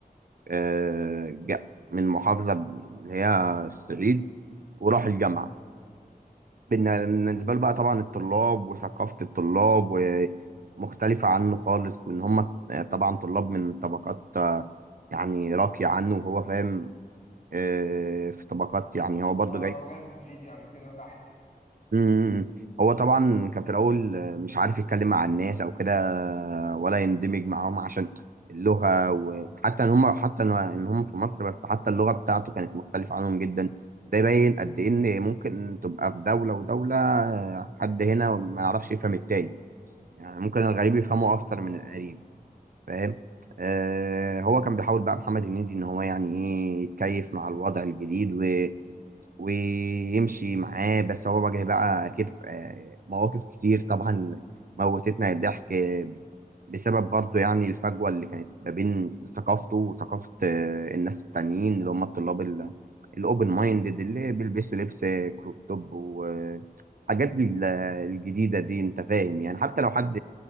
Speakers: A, on the right; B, on the left.
A: آه، جاء من محافظة اللي هي الصعيد وراح الجامعة بالن- بالنسبة له بقى طبعا الطلاب وثقافة الطلاب ومختلفة عنه خالص وإن هم طبعا طلاب من طبقات آه، يعني راقية عنه وهو فاهم آه، في طبقات يعني هو برضه
B: اه
A: جاي
B: هو جاي من الصعيد يعني وكده تحت يعني
A: امم هو طبعا كان في الاول آه، مش عارف يتكلم مع الناس او كده آه، ولا يندمج معاهم عشان اللغه وحتى ان هم حتى ان إن هم في مصر بس حتى اللغه بتاعته كانت مختلفه عنهم جدا وده يبين قد ايه ان ممكن تبقى في دوله ودوله آه، حد هنا ما يعرفش يفهم التاني يعني ممكن الغريب يفهمه اكتر
B: اه
A: من
B: مظبوط
A: القريب فاهم آه هو كان بيحاول بقى محمد هنيدي ان هو يعني ايه يتكيف مع الوضع الجديد ويمشي معاه بس هو واجه بقى أكيد آه، مواقف كتير طبعا موتتنا الضحك بسبب برضه يعني الفجوة اللي كانت ما بين ثقافته وثقافة آه، الناس التانيين اللي هم الطلاب ال- الأوبن مايندد اللي
B: مم.
A: بيلبسوا لبس كروب توب وحاجات الجديدة دي أنت فاهم يعني حتى لو حد